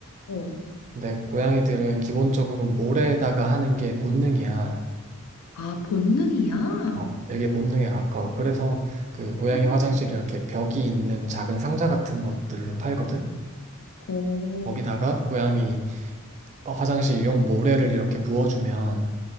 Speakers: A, on the left; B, on the right.
A: 어.
B: 근데 고양이들은 기본적으로 모래에다가 하는 게 본능이야.
A: 아 본능이야?
B: 어, 되게 본능에 가까워. 그래서 그 고양이
A: 음.
B: 화장실 이렇게 벽이 있는 작은 상자 같은 것들로 팔거든.
A: 어,
B: 거기다가 고양이 어, 화장실용 모래를 이렇게 부어주면